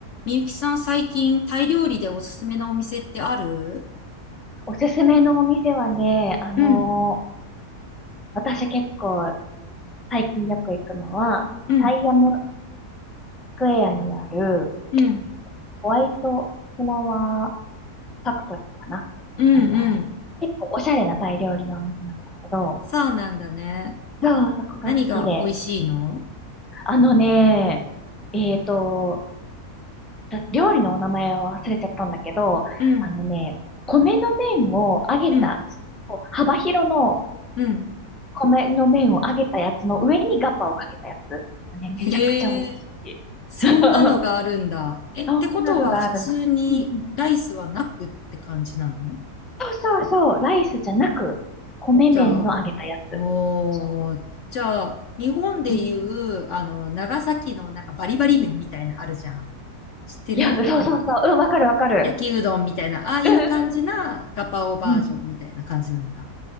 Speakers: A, on the left; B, in the centre.
A: みゆきさん最近タイ料理でおすすめなお店ってある
B: おすすめのお店はね、あのー
A: うん、
B: 私結構最近よく行くのは、
A: うん、
B: タイアムスクエアにある、
A: うん、
B: えーとホワイトフラワーファクトリーかな。
A: うん、
B: あのー結構おしゃれなタイ料理のお店なんだけど、
A: うん、そうなんだね。
B: そう、そこが好きで。
A: 何が美味しいの
B: あのね、えっと、料理のお名前を忘れちゃったんだけど、
A: うん、
B: あのね、米の麺を揚げた、
A: うん、
B: こう幅広の
A: うん。
B: 米の麺を揚げたやつの上にガパをかけたやつ。ね、めちゃくちゃ美味しい。
A: へえ、そんなのがあるんだ。
B: <laughs>
A: え、
B: そんなのがあるの。
A: ってことは普通にライスはなくって感じなの
B: うんうん。そうそうそう。ライスじゃなく、米麺の揚げたやつ。
A: じゃあ、おー、
B: そ
A: じゃあ、日本でいう、
B: う。うん、
A: あの、長崎のなんかバリバリ麺みたいなのあるじゃん。知ってる
B: いや、そうそうそう。うん、わかるわかる。
A: 焼きうどんみたいな、ああいう感じなガパオバージョンみたいな感じなんだ。
B: うんうんうん。うん。